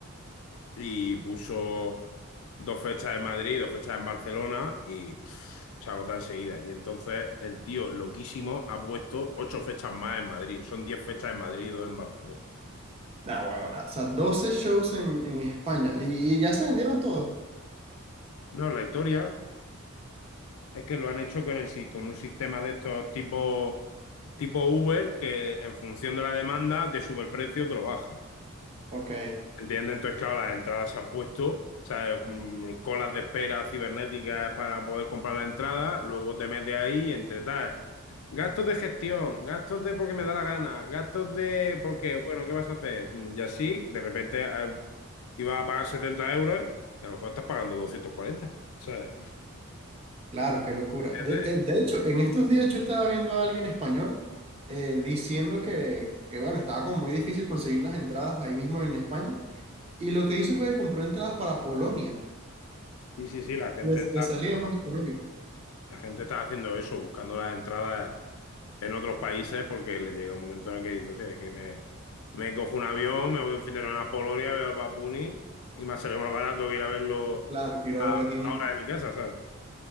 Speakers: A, on the left; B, on the right.
A: y puso dos fechas en Madrid, dos fechas en Barcelona y pff, se agota enseguida. Y entonces el tío loquísimo ha puesto ocho fechas más en Madrid. Son diez fechas en Madrid y dos en Barcelona.
B: Nah, huevón, nah. O sea, 12 shows en, en España y, y ya se vendieron todos.
A: No, la historia es que lo han hecho con, el, si- con un sistema de estos tipo, tipo Uber que en función de la demanda te sube el precio o te lo baja.
B: Ok,
A: ¿Entiendes? Entonces, claro, las entradas se han puesto, o sea, mm, colas de espera cibernéticas para poder comprar la entrada, luego te metes ahí y entre tal. Gastos de gestión, gastos de porque me da la gana, gastos de porque, bueno, ¿qué vas a hacer? Mm, Y así, de repente eh, ibas a pagar 70 euros, y a lo mejor estás pagando 240, ¿sabes?
B: claro, qué locura.
A: ¿Entiendes?
B: De, eh, de hecho, en estos días yo estaba viendo a alguien español eh, diciendo que, que, bueno, estaba como muy difícil conseguir las entradas ahí mismo en España. Y lo que hizo fue que compró entradas para Polonia.
A: Sí, sí, sí, la gente.
B: Les, les salía más económico.
A: La gente está haciendo eso, buscando las entradas en otros países porque le llega un momento en el que dice, hostia, es que me, me cojo un avión, me voy un fin de semana a Polonia, veo al Bad Bunny y me sale más barato que ir a verlo
B: Claro, quiero
A: a
B: verlo aquí mismo.
A: una hora de mi casa, ¿sabes?